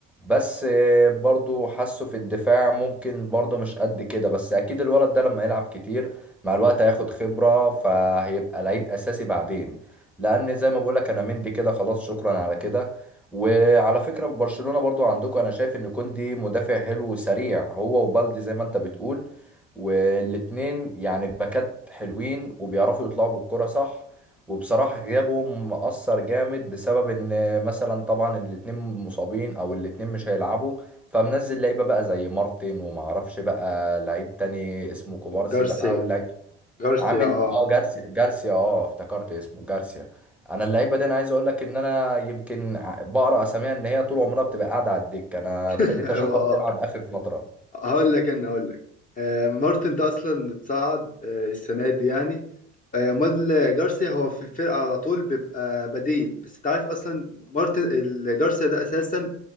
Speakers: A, in the centre; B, on the left.
A: بس آه، برضو حاسه في الدفاع ممكن برضو مش قد كده بس اكيد الولد ده لما يلعب كتير مع الوقت هياخد خبره فهيبقى لعيب اساسي بعدين لان زي ما بقولك انا مندي كده خلاص شكرا على كده وعلى فكرة في برشلونة برضو عندكم انا شايف ان كوندي مدافع حلو وسريع هو وبالدي زي ما انت بتقول والاتنين يعني باكات حلوين وبيعرفوا يطلعوا بالكرة صح وبصراحة غيابهم مأثر جامد بسبب ان مثلا طبعا الاتنين مصابين او الاتنين مش هيلعبوا فمنزل لعيبة بقى زي مارتن ومعرفش بقى لعيب تاني اسمه كوبارسي
B: جارسيا
A: بقى واللعيب
B: جارسيا
A: عامل
B: اه
A: اه جارسيا جارسيا اه افتكرت اسمه جارسيا انا اللعيبه دي انا عايز اقول لك ان انا يمكن ع- بقرا اساميها ان هي طول عمرها بتبقى قاعده على الدكه انا
B: <laughs>
A: ابتديت
B: هو
A: اشوفها بتلعب
B: اه
A: اخر فتره
B: هقول لك انا هقول لك آه مارتن ده اصلا متصعد آه السنه دي يعني آه امال جارسيا هو في الفرقه على طول بيبقى بديل بس انت عارف اصلا مارتن ال- جارسيا ده اساسا